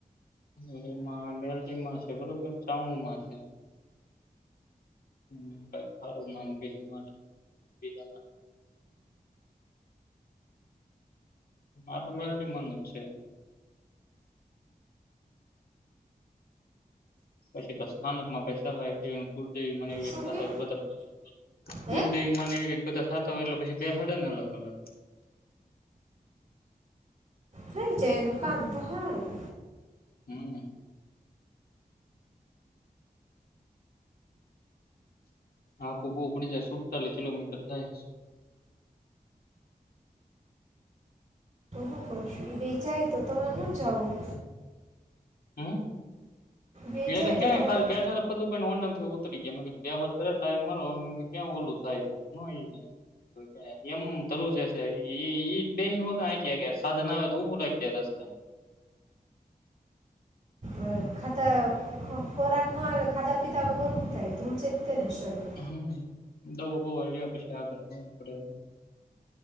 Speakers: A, on the left; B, on the right.
A: મેં માં મેલડીમાં છે બરોબર ચાઉનમાં છે. હમ્મ કાંઈક ખારું નામ કીધું <unintelligible> આ તો મેલડી મનજ છે. પછી તો સ્થાનકમાં પૈસા હા દિન કુલ થી મને એવી
B: શું
A: થ
B: કે
A: બધા બતપ કુલદેવી
B: હે
A: માં ને એવી રીત બધા ખાતા હોય એટલે પછી બેહાડે ને અલગ અલગ.
B: થઈ જાએ એનું કામ તો હારું.
A: હમ્મ. આખું કો ઉપડી જાય સુડતાલી કિલોમીટર થાય.
B: શું કશું એ બેચાય તો તમારે ન જાવું.
A: હમ્મ?
B: બેચાય
A: એને ક્યાં
B: તો તમારે
A: કાલ બેઠા તો બધું ઓનમ થયું. તો ગયા બે વત ખરે થાય મારો ક્યાં ઓલું થાય છે એમમ થરું એમ નેમ થારૂ ઈ છે બે વગ્યા સાધ ના આવે તો ભું લાગ રસ્તે માં.
B: અ, ખાતા ખો ખોરાક નો આલે ખાતા પીતા વગર હું થાય ધ્રુજે તેને શરીર.
A: હમ દવા બોહ આઇડિયા આપે છે આગળ પડે